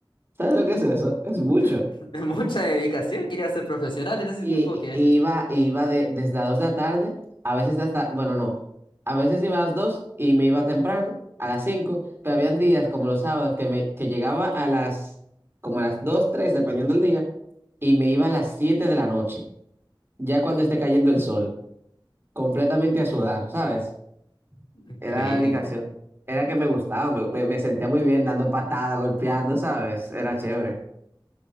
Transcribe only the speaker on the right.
¿Sabes lo que es eso? Es mucho.
Y,
y iba, y iba de- desde las 2 de la tarde, a veces hasta, bueno, no, a veces iba a las 2 y me iba temprano, a las 5 pero habían días como los sábados que, me, que llegaba a las, como a las 2 3 dependiendo del día, y me iba a las 7 de la noche, ya cuando esté cayendo el sol, completamente a sudar, ¿sabes?
Era dedicación, era que me gustaba, me, me, me sentía muy bien dando patadas, golpeando, ¿sabes? Era chévere.